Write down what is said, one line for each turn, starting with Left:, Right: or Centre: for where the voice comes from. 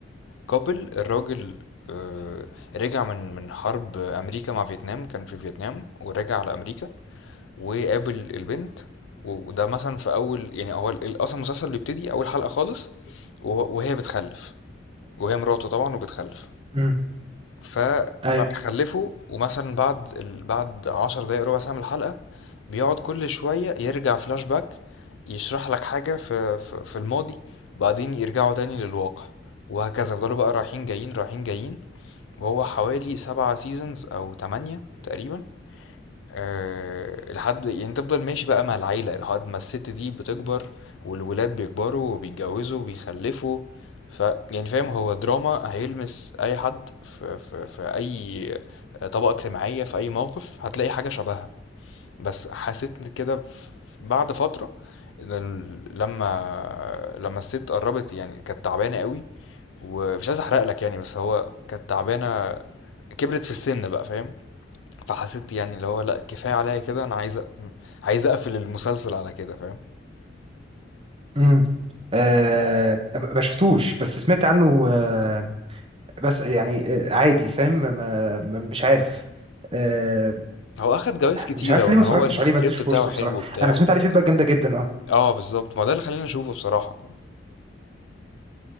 Left: كابل الراجل آه، رجع من من حرب امريكا مع فيتنام كان في فيتنام ورجع على امريكا وقابل البنت و- وده مثلا في اول يعني هو ال- اصلا المسلسل بيبتدي اول حلقة خالص وه- وهي بتخلف وهي مراته طبعا وبتخلف
Right: امم
Left: فبقى
Right: ايوه
Left: تمام خلفه ومثلا بعد ال... بعد عشر دقايق ربع ساعة من الحلقة بيقعد كل شوية يرجع فلاش باك يشرح لك حاجة في في, في الماضي وبعدين يرجعوا تاني للواقع وهكذا فضلوا بقى رايحين جايين رايحين جايين وهو حوالي سبعة سيزونز أو تمانية تقريبا أه لحد يعني تفضل ماشي بقى مع العيلة لحد ما الست دي بتكبر والولاد بيكبروا وبيتجوزوا وبيخلفوا ف يعني فاهم هو دراما هيلمس أي حد في, في, في أي طبقة اجتماعية في أي موقف هتلاقي حاجة شبهها بس حسيت كده ف- بعد فترة إن ال- لما لما الست قربت يعني كانت تعبانة قوي ومش عايز أحرق لك يعني بس هو كانت تعبانة كبرت في السن بقى فاهم فحسيت يعني اللي هو لا كفايه عليا كده انا عايز أ- عايز اقفل المسلسل على كده فاهم
Right: امم آه ما شفتوش بس سمعت عنه آه بس يعني آه عادي فاهم ما ما- مش عارف آه
Left: هو اخد جوائز كتيره
Right: مش عارف
Left: وان
Right: ليه ما اتفرجتش
Left: هو السكريبت
Right: عليه ما اديتوش فرصه
Left: بتاعه حلو
Right: بصراحه
Left: وبتاع
Right: انا سمعت
Left: بس
Right: عليه فيدباك جامده جدا آه.
Left: اه بالظبط ما ده اللي خلاني اشوفه بصراحه